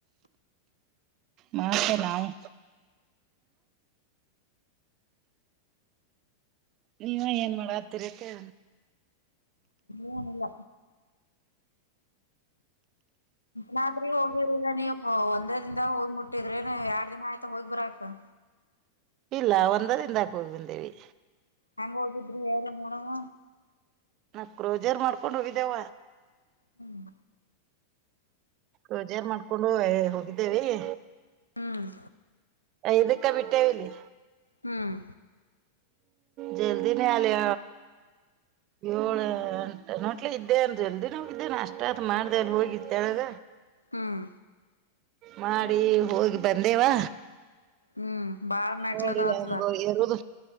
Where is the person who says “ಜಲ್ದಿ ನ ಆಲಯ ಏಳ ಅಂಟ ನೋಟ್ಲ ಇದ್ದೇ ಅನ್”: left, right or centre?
Right